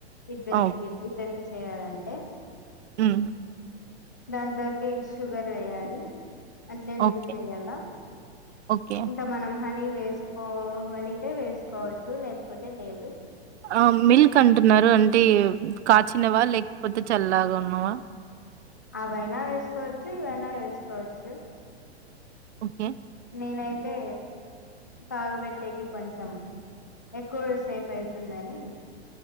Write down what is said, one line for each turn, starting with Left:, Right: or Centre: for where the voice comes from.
Left: ఇద్దరకిది
Right: ఆ!
Left: ఇద్దరుకి చేయాలంటే
Right: ఉమ్
Left: దాంట్లోకి షుగర్ వేయాలి అట్లే మిల్క్
Right: ఓకే.
Left: వేయాల
Right: ఓకే.
Left: ఇంకా మనం హనీ వే స్కోగలిగితే వేసుకోవచ్చు లేకపోతే లేదు
Right: ఆ మిల్క్ అంటున్నారు అంటే కాచినవా లేకపోతే చల్లాగా ఉన్నావా
Left: అవైనా వేసుకోవచ్చు ఇవైనా వేసుకోవచ్చు
Right: ఓకే
Left: నేనైతే కాగబెట్టేకి కొంచెం ఎక్కువ సేపు అయితుందని